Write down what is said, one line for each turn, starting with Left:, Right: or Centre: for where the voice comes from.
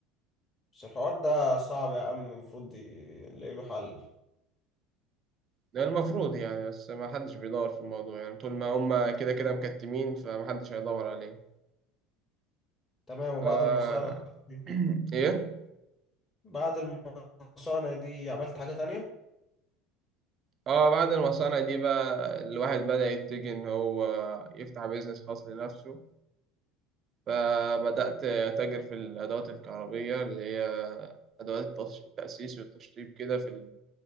Left: بس الحوار ده صعب يا عم المفروض ي- نلاقي له حل
Right: ده المفروض يعني بس ما حدش بيدور في الموضوع يعني طول ما هم كده كده مكتمين فما حدش هيدور عليه
Left: تمام وبعد
Right: ف <clears throat>
Left: المصانع دي
Right: ايه
Left: بعد المصانع دي عملت حاجة تانية
Right: اه بعد المصانع دي بقى الواحد بدأ يتجه ان هو يفتح بيزنس خاص لنفسه فبدأت أتاجر في الأدوات الكهربية اللي هي أدوات التص- التأسيس والتشطيب كده في